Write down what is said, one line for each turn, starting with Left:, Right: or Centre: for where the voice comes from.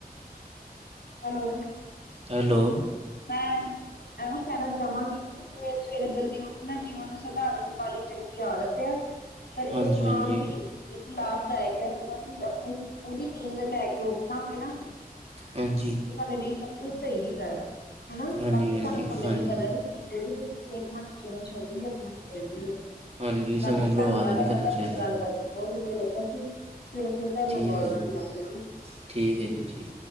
Left: ਹੈਲੋ।
Right: ਹੈਲੋ।
Left: ਮੈਂ ਇਹ ਕਹਿਣਾ ਚਾਹਵਾਂਗੀ। ਜਿਵੇਂ ਸਵੇਰੇ ਜਲਦੀ ਉੱਠਣਾ ਜੀਵਨ ਨੂੰ ਸੁਧਾਰਨ ਵਾਲੀ ਚੰਗੀ ਆਦਤ ਹੈ। ਪਰ ਇਹ
Right: ਹਾਂਜੀ
Left: ਥਾਂ
Right: ਹਾਂਜੀ
Left: ਵੀ। ਇੱਕ ਲਾਭਦਾਇਕ ਹੈ, ਜਦੋਂ ਅਸੀਂ ਆਪਣੀ ਪੂਰੀ ਨੀਂਦ ਲੈ ਕੇ ਉੱਠਾਂਗੇ ਨਾ।
Right: ਹਾਂਜੀ।
Left: ਤੇ ਸਾਡੇ ਲਈ ਸਭ ਕੁਝ ਸਹੀ ਹੈਗਾ ਆ ਹਨਾ,
Right: ਹਾਂਜੀ
Left: ਬਾਕੀ
Right: ਹਾਂਜੀ
Left: ਸਾਨੂੰ ਸਮੇਂ
Right: ਹਾਂਜੀ
Left: ਦੀ ਕਦਰ ਉ ਕਰਨਣੀ ਚਾਹੀਦੀ। ਕਿਸਮਤ ਯੂ ਜੀਵਨ ਸ਼ੈਲੀ ਬੇਨਾਨਾ ਚਇਦਾ ਹੈ,
Right: ਹਾਂਜੀ
Left: ਬਾਕੀ
Right: ਸਮਾਂ ਬਰਬਾਦ
Left: ਤਨਵਾਦ
Right: ਨਹੀਂ
Left: ਨਾਲ
Right: ਕਰਨਾ ਚਾਹੀਦਾ
Left: ਗੱਲ ਕਰ। ਬਹੁਤ ਵਧੀਆ ਲੱਗਾ ਸੀ, ਸਵੇਰੇ ਫੇਰ ਤਾ
Right: ਠੀਕ
Left: ਮੈਂ ਕੋਲ
Right: ਹੈ
Left: ਨਾਲ
Right: ਜੀ,
Left: ਜੁੜਾਂਗੇ ਜੀ।
Right: ਠੀਕ ਹੈ, ਜੀ ਠੀਕ।